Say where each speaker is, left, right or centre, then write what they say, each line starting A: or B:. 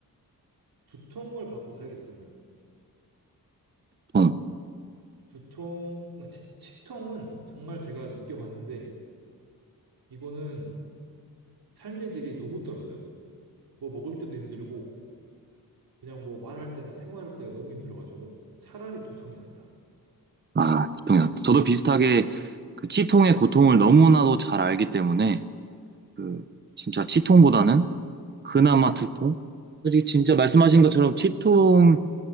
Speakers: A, on the right; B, on the right.
A: 두통을 갖고 살겠습니다.
B: 통.
A: 두통, 그러니까 치, 치통은 정말 제가 느껴봤는데, 이거는 삶의 질이 너무 떨어져요. 뭐 먹을 때도 힘들고, 그냥 뭐 말할 때나 생활할 때가 너무 힘들어가지고, 차라리 두통이 낫다.
B: 아, 치통이 났다 저도 비슷하게 그 치통의 고통을 너무나도 잘 알기 때문에 그 진짜 치통보다는 그나마 두통? 솔직히 진짜 말씀하신 것처럼 치통일